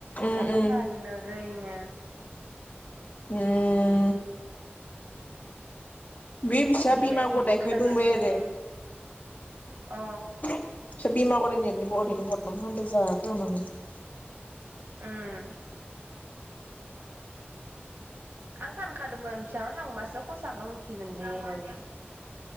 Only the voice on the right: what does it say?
होदोनो
ओरैनो। <inaudible>
बिदाया
जि
खोथानानै
अ
उम आं सानखादोंमोन फिसानाव थांबासो खसाखौ मिथिगोन दे होननानै।